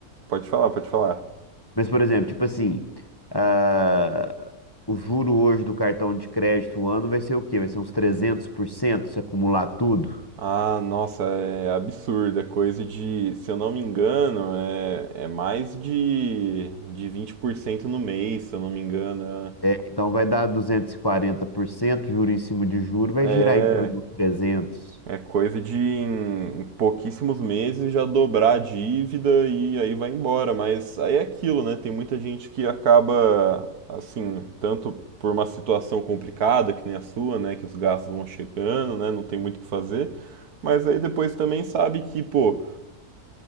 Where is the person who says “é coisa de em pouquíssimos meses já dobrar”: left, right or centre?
Right